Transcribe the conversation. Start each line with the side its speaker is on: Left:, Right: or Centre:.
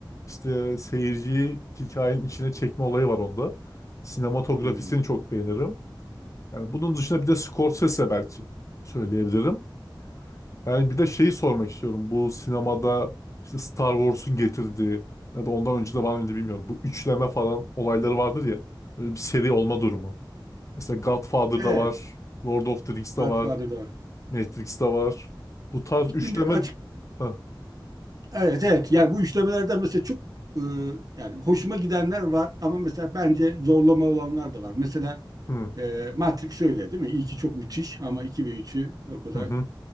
Left: işte seyirciyi hikayenin içine çekme olayı var onda. Sinematografisini
Right: Hmm.
Left: çok beğenirim. Yani bunun dışında bir de Scorsese belki söyleyebilirim. Ben bir de şeyi sormak istiyorum. Bu sinemada işte Star Wars'un getirdiği ya da ondan önce de var mıydı bilmiyorum. Bu üçleme falan olayları vardır ya. Böyle bir seri olma durumu. Mesela Godfather'da
Right: Evet.
Left: var. Lord of the Rings'te
Right: Godfather'da
Left: var.
Right: var.
Left: Matrix'te var. Bu tarz üçleme...
Right: Şimdi açık
Left: Heh,
Right: evet evet yani bu işlemelerden mesela çok e, yani hoşuma gidenler var ama mesela bence zorlama olanlar da var. Mesela
Left: Hı
Right: e, Matrix öyle değil mi? İlki çok müthiş ama 2 ve üçü o kadar
Left: hı